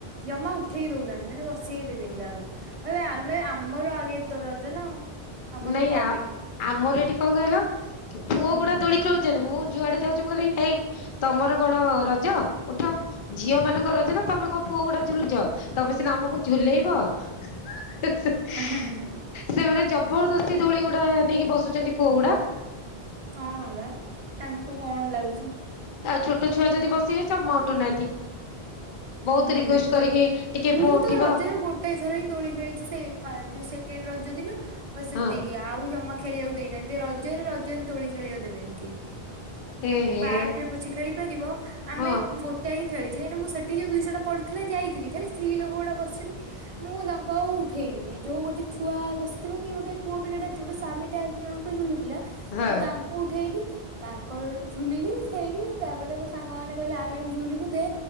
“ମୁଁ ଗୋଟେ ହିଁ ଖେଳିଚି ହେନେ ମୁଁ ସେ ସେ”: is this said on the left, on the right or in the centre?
Right